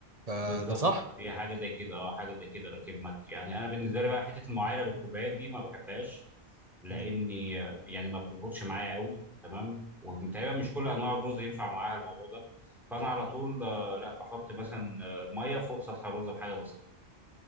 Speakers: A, on the right (about 35°); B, in the centre.
A: فده
B: بالظبط
A: صح
B: هي حاجه زي كده اه حاجه زي كده لكن ما يعني انا بالنسبه لي بقى حته المعايره بالكوبايات دي ما بحبهاش لاني
A: مم.
B: آه، يعني ما بتظبطش معايا قوي تمام وتقريبا مش كل انواع الرز ينفع معاها الموضوع ده فانا على طول آه، لا بحط مثلا آه، الميه فوق سطح الرز بحاجه بسيطه